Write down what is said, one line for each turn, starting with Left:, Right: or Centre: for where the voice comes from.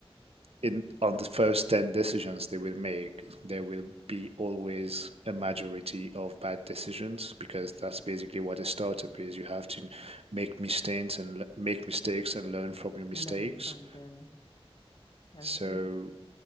Right: in on the first 10 decisions they will make, there will be always a majority of bad decisions because that's basically what a startup is. You have to make mistakes and make mistakes and learn from your mistakes
Left: learn from them. I
Right: So
Left: see.